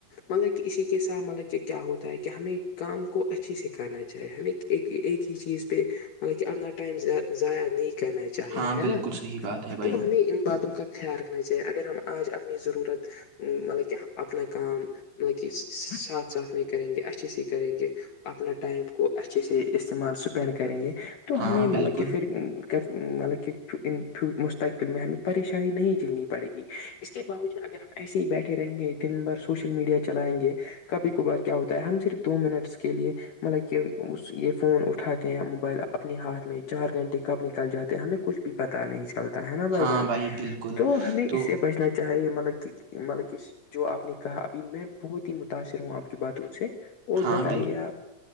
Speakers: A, on the left; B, on the right.
A: مطلب کہ اسی کے ساتھ مطلب کہ کیا ہوتا ہے کہ ہمیں کام کو اچھے سے کرنا چاہیے ہمیں اک ایکک ہی چیز پہ مطلب کہ اپنا ائم ضائع نہیں کرنا چی چاہیے
B: ہاں
A: ہے
B: بالکل
A: نا
B: صحیح بات ہے بھائی
A: تو ہمیں ان باتوں کا خیال رکھنا چاہیے اگر ہم آج اپنی ضرورت مطلب کہ اپنا کام مطلب کہ ساتھ ساتھ میں کریں گے اچھی سےی کریں گے اپنا ٹائم کو اچھے سے استعمال اسپینڈ کریں گے تو
B: ہاں
A: ہمیں
B: بالکل
A: مطلب کہ پھر مطلب کہ مستقبل میں ہمیں پریشانی نہیں جھیلنی پڑے گی اس کے باوجود اگر ہم ایسے ہی بیٹھے رہیں گے دن بھر سوشل میڈیا چلائیں گے کبھی کبار کیا ہوتا ہے ہم صرف دو منٹس کے لیے مطلب کہ اس یہ فون اٹھاتے ہیں موبائل اپنے ہاتھ میں چار گھنٹے کب نکل جاتے ہیں ہمیں کچھ بھی پتا نہیں چلتا ہے نا بھ
B: ہاں
A: جان
B: بھائی بالکل
A: تو ہمیں
B: تو
A: اس سے بچنا چاہے مطلب کہ مطلب کہ جو آپ نے کہا ابھی میں بہت ہی متاثر ہوں آپ کی باتوں سے اور
B: ہاں
A: بتائیے
B: بالکل
A: آپ